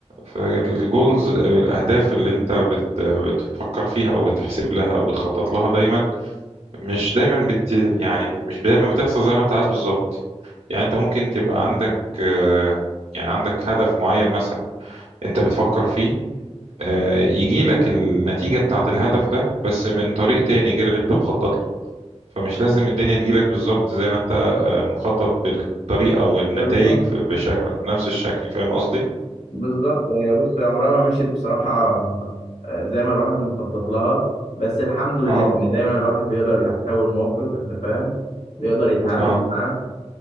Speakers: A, on the right; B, on the left.
A: فالجولز أو الأهداف اللي أنت بت بتفكر فيها أو بتحسب لها أو بتخطط لها دايما مش دايما بت يعني مش دايما بتحصل زي ما أنت عايز بالظبط يعني أنت ممكن تبقى عندك آه، يعني عندك هدف معين مثلا أنت بتفكر فيه آه، يجي لك النتيجة بتاعت الهدف ده بس من طريق تاني غير اللي أنت مخطط له فمش لازم الدنيا تجيلك بالظبط زي ما أنت آه، مخطط بالطريقة والنتائج
B: بالظبط
A: بشكل نفس الشكل فاهم قصدي؟
B: بالظبط هي بص هي عمرها ما مشيت بصراحة آه، زي ما الواحد مخطط لها بس الحمد لله
A: اه
B: إن دايما الواحد بيقدر يحتوي الموقف أنت فاهم بيقدر يتعامل
A: اه
B: معاه